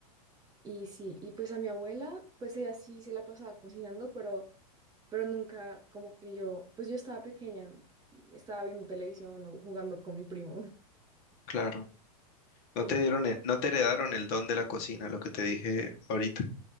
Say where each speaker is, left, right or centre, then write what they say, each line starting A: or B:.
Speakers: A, on the right (about 20°); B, on the left (about 50°).
A: y sí, y pues a mi abuela, pues ella sí se la pasaba cocinando, pero pero nunca como que yo, pues yo estaba pequeña, estaba viendo televisión o jugando con mi primo. <laughs>
B: claro. No
A: Y-
B: te dieron el- no te heredaron el don de la cocina, lo que te dije ahorita.